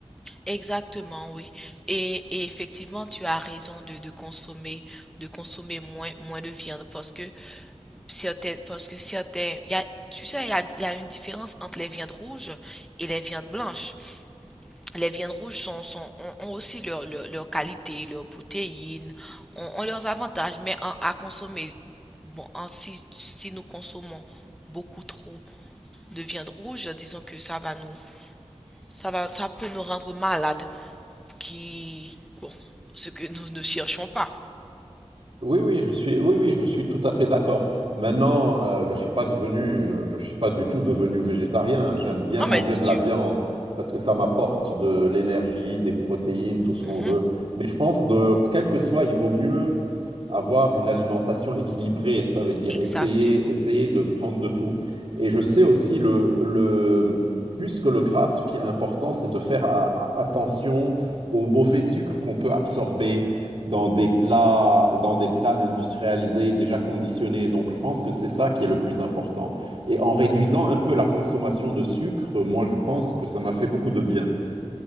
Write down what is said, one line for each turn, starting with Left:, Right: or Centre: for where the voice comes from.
Centre: Exactement, oui. Et, et effectivement, tu as raison de, de consommer, de consommer moins, moins de viande parce que certaines, parce que certains, il y a, tu sais, il y a, il y a une différence entre les viandes rouges et les viandes blanches. Les viandes rouges sont, sont, ont, ont aussi leur, leur, leur qualité, leurs protéines, ont, ont leurs avantages, mais en- à consommer, bon, en- si, si nous consommons beaucoup trop de viande rouge, disons que ça va nous, ça va, ça peut nous rendre malades qui, bon, ce que nous ne cherchons pas.
Right: Oui, oui, je suis, oui, oui, je suis tout à fait d'accord. Maintenant, euh, je suis pas devenu, euh, je suis pas du tout devenu végétarien. J'aime bien
Centre: Non,
Right: manger
Centre: mais si
Right: de
Centre: tu...
Right: la viande parce que ça m'apporte de l'énergie, des protéines, tout ce qu'on
Centre: Mhm,
Right: veut. Mais je pense de quel que soit, il vaut mieux avoir une alimentation équilibrée. Ça veut dire
Centre: exactement.
Right: essayer, essayer de prendre de tout. Et je sais aussi le, le plus que le gras, ce qui est important, c'est de faire a- a- attention aux mauvais sucres qu'on peut absorber dans des plats, dans des plats industrialisés déjà conditionnés. Donc, je pense que c'est ça qui est le plus important. Et en réduisant un peu la consommation de sucre, moi, je pense que ça m'a fait beaucoup de bien.